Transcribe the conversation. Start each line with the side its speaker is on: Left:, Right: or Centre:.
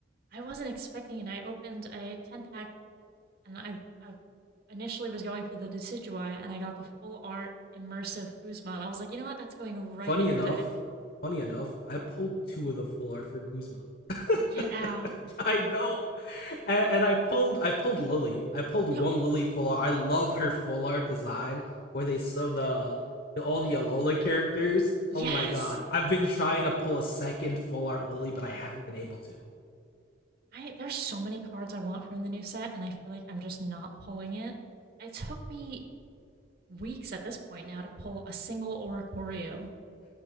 Right: I wasn't expecting it. I opened a 10 pack and I, I initially was going for the Decidueye and I got the full art immersive Guzma. And I was like, you know what? That's going right
Left: Funny
Right: in
Left: enough,
Right: a deck.
Left: funny enough, I pulled two of the full art for Guzma.
Right: Get
Left: <laughs>
Right: out.
Left: I know, and, and I pulled I pulled Lily. I pulled one
Right: Yo,
Left: Lily full art. I love her full art design where they sew the, the all the Alola characters.
Right: yes.
Left: Oh my god, I've been trying to pull a second full art Lily, but I haven't been able to.
Right: I there's so many cards I want from the new set and I feel like I'm just not pulling it. It took me weeks at this point now to pull a single Oricorio.